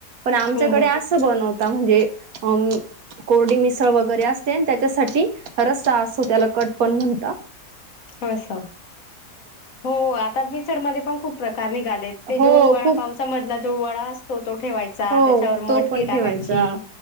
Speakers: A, on the right; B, on the left.
A: पण आमच्याकडे
B: हम्म
A: आसं बनव म्हंजे अ कोरडी मिसळ वगैरे असतेन त्याच्यासाठी रस्सा असतो त्याला कट पण म्हण
B: अस. हो आता मी <unintelligible> मध्ये पण खूप प्रकार <unintelligible> ते
A: हो
B: ज्यो वडा
A: खूप
B: पावचा मधला जो वळा असतो तो ठेवायचा
A: हो
B: त्याच्यावर
A: तो
B: मटकी
A: पण
B: टाकायची
A: ठेवायचा